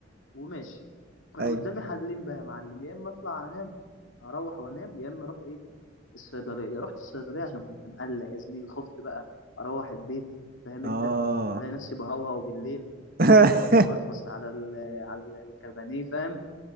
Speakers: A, on the left (about 85°); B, on the right (about 50°).
A: وماشي. كان
B: ايوه
A: قُدّامي حَلّين بقى يا معلم، يا إمّا أطلع أنام، أروّح وأنام، يا إمّا أروح إيه، الصيدلية، رُحت الصيدلية عشان كنت مقلّق يا زميلي، خُفت بقى أروّح البيت فاهم أنت،
B: اه
A: ألاقي نفسي باهوهو بالليل
B: <laughs>
A: وأقعد مقرفص على ال <hesitation> على ال الكابانيه فاهم،